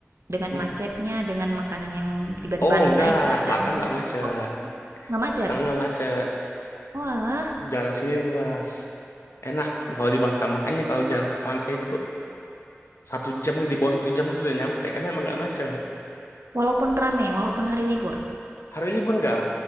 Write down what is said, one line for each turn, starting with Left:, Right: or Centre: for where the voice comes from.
Right: dengan
Left: Mm.
Right: macetnya, dengan makanan yang tiba-tiba
Left: Oh enggak,
Right: naik harganya.
Left: Batam enggak macet.
Right: Oh, nggak macet.
Left: Batam enggak macet.
Right: Walah,
Left: Jalan sini luas. Enak kalau di Batam. Makanya kalau jalan ke pantai itu satu jam di bawah satu jam tuh udah nyampe karena emang enggak macet.
Right: walaupun rame, walaupun hari libur.
Left: Hari libur enggak.